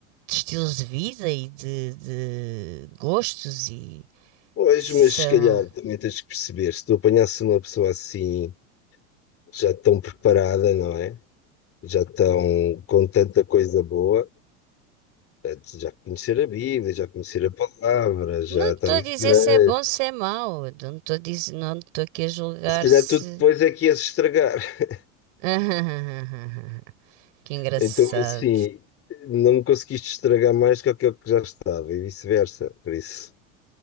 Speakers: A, on the right; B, on the left.
A: estilos de vida e de, de gostos e
B: Pois,
A: sei
B: mas se calhar
A: lá.
B: também tens que perceber, se tu apanhasse uma pessoa assim, já tão preparada, não é? Já tão com tanta coisa boa, eh, já conhecer a Bíblia, já conhecer a palavra, já
A: Não estou
B: está na
A: a dizer
B: igreja.
A: se é bom, se é mau. Não estou a dizer, não estou aqui a julgar
B: Se calhar
A: se.
B: tu depois é que ias estragar. <laughs>
A: <laughs> Que engraçado.
B: Então, assim, não me conseguiste estragar mais que aquilo que já estava e vice-versa. Por isso,